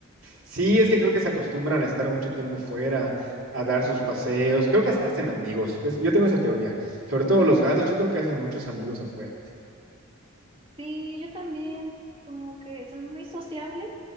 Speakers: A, on the right (about 65°); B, on the right (about 25°).
A: Sí, es que creo que se acostumbran a estar mucho tiempo fuera, a dar sus paseos. Creo que hasta hacen amigos. Es- yo tengo esa teoría. Sobre todo los gatos, yo creo que hacen muchos amigos afuera.
B: Sí, yo también, como que son muy sociables